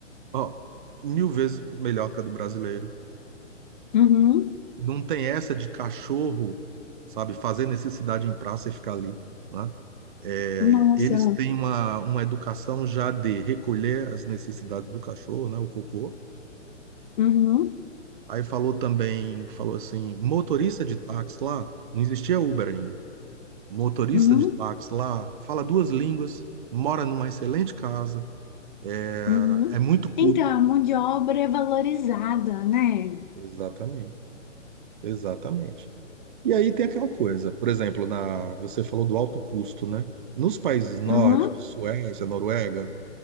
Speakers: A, on the right (about 40°); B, on the left (about 40°).
A: Ó, mil vezes melhor que a do brasileiro.
B: uhum.
A: Não tem essa de cachorro, sabe, fazer necessidade em praça e ficar ali, né? É,
B: Nossa.
A: eles têm uma, uma educação já de recolher as necessidades do cachorro, né, o cocô.
B: Uhum,
A: Aí falou também, falou assim, motorista de táxi lá, não existia Uber ainda. Motorista
B: uhum,
A: de táxi lá, fala duas línguas, mora numa excelente casa, é
B: uhum.
A: é muito culto.
B: Então, a mão de obra é valorizada, né?
A: Exatamente, exatamente. E aí tem aquela coisa, por exemplo, na, você falou do alto custo, né? Nos países nórdicos,
B: Uhum.
A: Suécia, Noruega,